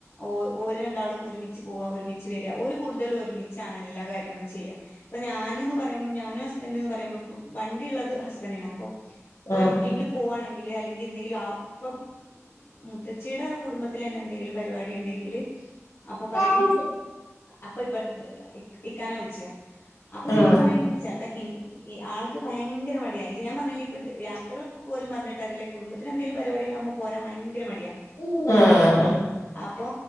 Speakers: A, on the left (about 50°); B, on the left (about 85°).
A: ഓ ഓര് രണ്ടാളും ഒരുമിച്ച് പോവാ ഒരുമിച്ച് വര ഓര് കൂടുതലും ഒരുമിച്ചാണ് എല്ലാ കാര്യങ്ങളും ചെയ്യാ ഇപ്പംഞാനന്ന്പറയുമ്പോ ഞാനും ഹസ്ബൻറ്റ് എന്ന് പറയുമ്പോ അപ്പം വണ്ടി ഇള്ളത് ഹസ്ബൻറ്റിനാ അപ്പോ ഇപ്പൊ
B: ആഹ്
A: എവിടക്കെങ്കിലും പോവാണെ <unintelligible> അല്ലെങ്കി എന്തെങ്കിലും ഇപ്പ മുത്തച്ചിടെ ആ കുടുംബത്തി തന്നെ എന്തെങ്കിലും പരിപാടി ഇണ്ടെങ്കില് അപ്പൊ പറയും
B: ആഹ്
A: അപ്പൊ ഇ ഇക്കാനാ വിളി ച്ച അപ്പൊ
B: ആഹ്
A: ഞാൻ പറയും ചെ അപ്പഇആൾക്ക്ഭയങ്കരമടിയഞാൻ പറഞ്ഞ ഇപ്പ യാത്രകളൊക്കെ പോലും പറഞ്ഞിട്ടറ കുടുംബ ത്തിലെന്തെങ്കും പരിപടി ഇണ്ട പോരാൻ ഭയങ്കര മടിയാ
B: ഉ ആഹ
A: അപ്പോ